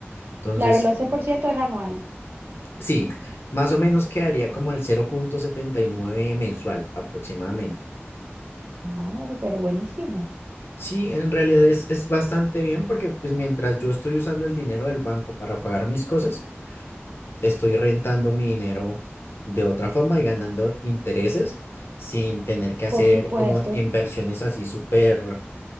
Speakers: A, on the left (about 60°); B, on the right (about 55°).
A: Entonces,
B: Claro, el once por ciento es anual.
A: Sí, más o menos quedaría como al cero punto setenta y nueve mensual aproximadamente.
B: Ah, ok, pero buenísimo.
A: Sí, en realidad es, es bastante bien porque pues mientras yo estoy usando el dinero del banco para pagar mis cosas, estoy rentando mi dinero de otra forma y ganando intereses sin tener que hacer
B: Por supuesto.
A: como inversiones así súper,